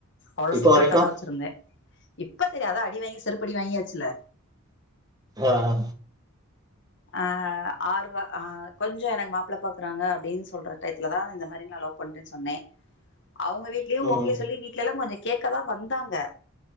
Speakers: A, on the left; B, on the right.
A: அவ்ளோ
B: இப்போ
A: சீக்கரட்டா
B: வரைக்கும்
A: தா வெச்சிருந்தே இப்ப தெரியாதா அடி வாங்கி செருப்படி வாங்கியாச்சில
B: ஆ ஆ
A: ஆ ஆர்வ ஆ கொஞ்ஜோ எனக்கு மாப்புள பாக்குறாங்க அப்டின்னு சொல்ற டயத்துல தா இந்த மாரி நா லவ் பண்றேன்னு சொன்னே அவுங்க வீட்லயு
B: ம்
A: ஓகே சொல்லி வீட்லெல்லா கொஞ்ச கேக்க தா வந்தாங்க